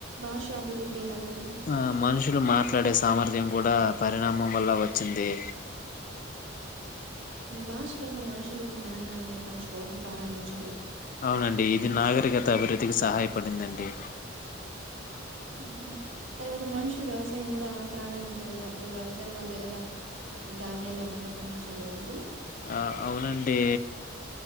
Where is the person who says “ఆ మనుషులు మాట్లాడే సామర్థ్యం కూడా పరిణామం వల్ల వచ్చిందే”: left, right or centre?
Left